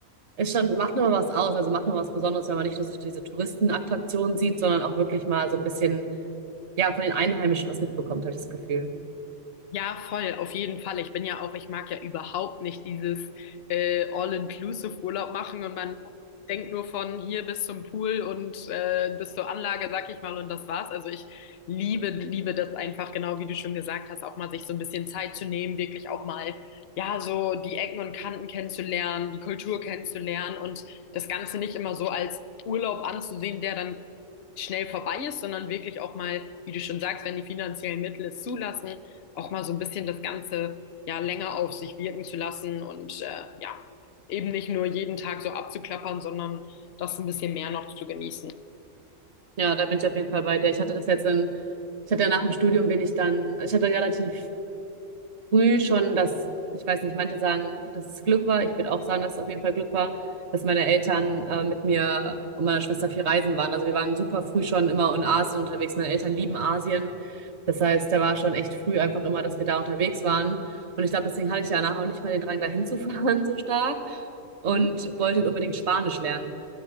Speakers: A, on the right; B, on the left.
A: ist schon, macht nur was aus, also macht nur was Besonderes, wenn man nicht nur so diese Touristenattraktionen sieht, sondern auch wirklich mal so ein bisschen, ja, von den Einheimischen was mitbekommt, habe ich das Gefühl.
B: Ja, voll, auf jeden Fall. Ich bin ja auch, ich mag ja überhaupt nicht dieses äh, All-Inclusive-Urlaub machen und man denkt nur von hier bis zum Pool und äh, bis zur Anlage, sag ich mal, und das war's. Also ich liebe, liebe das einfach, genau wie du schon gesagt hast, auch mal sich so ein bisschen Zeit zu nehmen, wirklich auch mal, ja, so die Ecken und Kanten kennenzulernen, die Kultur kennenzulernen und das Ganze nicht immer so als Urlaub anzusehen, der dann schnell vorbei ist, sondern wirklich auch mal, wie du schon sagst, wenn die finanziellen Mittel es zulassen auch mal so ein bisschen das Ganze ja länger auf sich wirken zu lassen und äh, ja, eben nicht nur jeden Tag so abzuklappern, sondern das ein bisschen mehr noch zu genießen.
A: Ja, da bin ich auf jeden Fall bei dir. Ich hatte das jetzt in, ich hatte ja nach dem Studium bin ich dann, also ich hatte relativ früh schon das, ich weiß nicht, manche sagen, dass es Glück war. Ich würde auch sagen, dass es auf jeden Fall Glück war, dass meine Eltern äh, mit mir und meiner Schwester viel reisen waren. Also wir waren super früh schon immer in Asien unterwegs. Meine Eltern lieben Asien. Das heißt, da war schon echt früh einfach immer, dass wir da unterwegs waren. Und ich glaube, deswegen hatte ich danach auch nicht mehr den Drang, da hinzufahren <laughs> so stark und
B: Mhm.
A: wollte halt unbedingt Spanisch lernen.